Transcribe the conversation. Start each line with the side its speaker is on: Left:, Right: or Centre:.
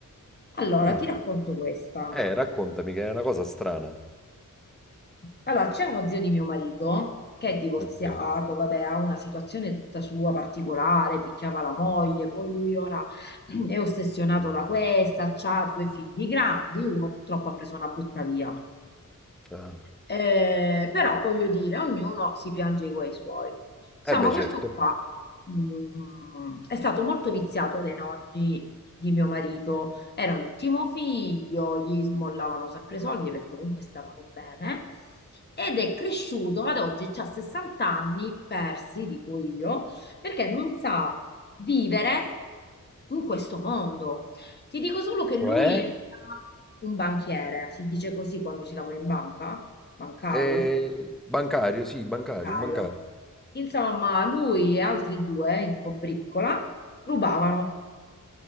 Left: Allora,
Centre: Mh,
Left: ti racconto questa.
Centre: eh, raccontami che è una cosa strana.
Left: Allora, c'è uno zio di mio marito che è divorziato,
Centre: Ok.
Left: vabbè, ha una situazione tutta sua particolare, picchiava la moglie, poi lui ora <clears throat> è ossessionato da questa, ha due figli grandi, uno purtroppo ha preso una brutta via.
Centre: Ah.
Left: Eh, però voglio dire, ognuno si piange i guai suoi. Insomma,
Centre: Eh beh,
Left: questo
Centre: certo.
Left: qua mm, è stato molto viziato dai nonni di mio marito. Era l'ultimo figlio, gli smollavano sempre i soldi perché comunque stavano bene. Ed è cresciuto ad oggi, ha 60 anni persi, dico io, perché non sa vivere in questo mondo. Ti dico solo che lui
Centre: Cioè?
Left: era un banchiere, si dice così quando si lavora in banca, bancario,
Centre: Eh, bancario, sì, bancario,
Left: bancario.
Centre: un bancario.
Left: Insomma, lui e altri due in combriccola rubavano,